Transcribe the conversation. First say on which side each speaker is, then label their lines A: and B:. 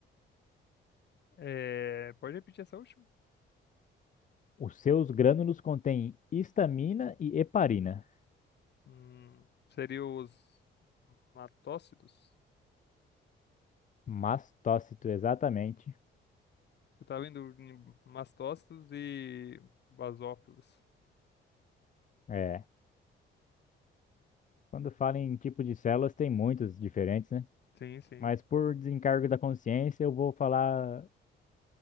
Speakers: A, on the left (about 60°); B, on the left (about 40°).
A: é, pode repetir essa última?
B: Os seus grânulos contêm histamina e heparina.
A: Hum, seria os matócidos?
B: Mastócito, exatamente.
A: Eu tava em mastócitos e basófilos.
B: É. Quando fala em tipo de células, tem muitos diferentes, né?
A: Sim, sim.
B: Mas por desencargo da consciência, eu vou falar